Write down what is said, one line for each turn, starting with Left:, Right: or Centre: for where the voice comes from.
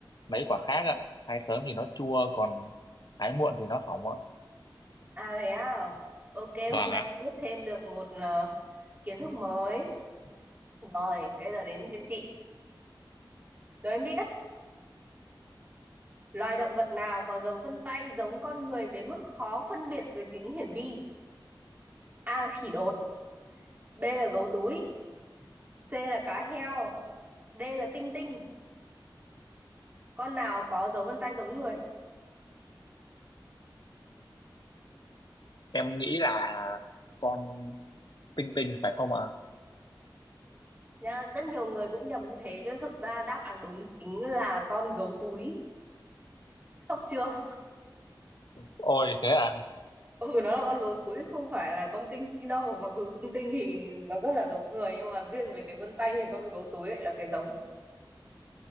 Left: mấy quả khác ạ hái sớm thì nó chua còn hái muộn thì nó hỏng ạ
Right: à thế à ok
Left: vâng
Right: hôm nay
Left: ạ
Right: biết thêm được một ờ, kiến thức mới rồi bây giờ đến phiên chị đố em biết loài động vật nào có dấu vân tay giống con người đến mức khó phân biệt dưới kính hiển vi a là khỉ đột b là gấu túi c là cá heo d là tinh tinh con nào có dấu vân tay giống người
Left: em nghĩ là con tinh tinh phải không ạ
Right: Nhá, rất nhiều người cũng nhầm như thế nhưng thực ra đáp án đúng chính là con gấu túi sốc chưa
Left: ôi thế à
Right: ừ nó là con gấu túi không phải là con tinh tinh đâu mặc dù tinh tinh thì nó rất là giống người nhưng mà riêng về cái vân tay thì con gấu túi lại là cái giống